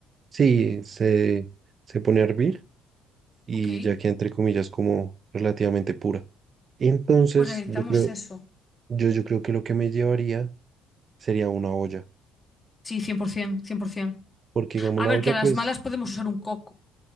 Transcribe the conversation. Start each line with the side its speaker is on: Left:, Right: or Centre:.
Right: sí, se, se pone a hervir y
Left: Ok,
Right: ya que entre comillas como relativamente pura. Entonces,
Left: pues necesitamos
Right: yo creo,
Left: eso.
Right: yo, yo creo que lo que me llevaría sería una olla,
Left: Sí, cien cien, por ciento, cien por 100%.
Right: porque digamos
Left: A
Right: la
Left: ver,
Right: olla,
Left: que a
Right: pues,
Left: las malas podemos usar un coco,